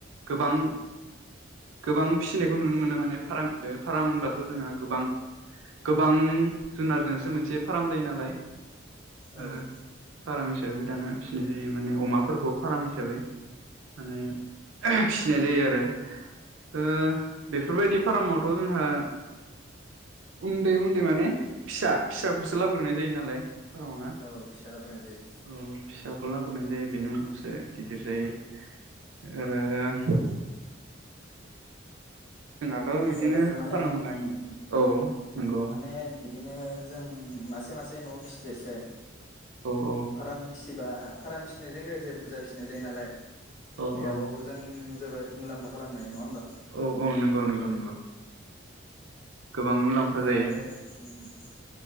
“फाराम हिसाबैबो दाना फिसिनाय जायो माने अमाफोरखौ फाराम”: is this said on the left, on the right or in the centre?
Right